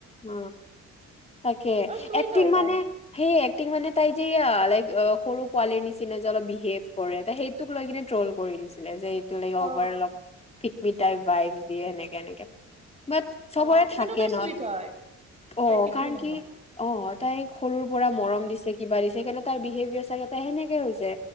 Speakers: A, on the left; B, on the right.
A: অ তাকে
B: আৰু চুইট
A: এক্টিং
B: হয়
A: মানে
B: তাই
A: সেই এক্টিং মানে তাই যে লাইক সৰু পোৱালিৰ নিচিনা যে অলপ বিহেভ কৰে সেইটোক লৈ কিনে ট্ৰল কৰি দিছিলে যে লাগিববাৰ
B: অ
A: অল মিতাই বাইফ দিয়ে এনেকে এনেকে বাট সবৰে
B: অ ত
A: থাকে
B: কিন্তু তাই
A: নহ
B: চুইট হয়
A: অ
B: তাই পিকমি
A: কাৰণ
B: নহয়
A: কি অ অ আ তাই সৰুৰ পৰা মৰম দিছে কিবা দিছে সেইকাৰণে তাৰ বিহেভিয়াৰ চাগই সেনেকোৱা হৈছে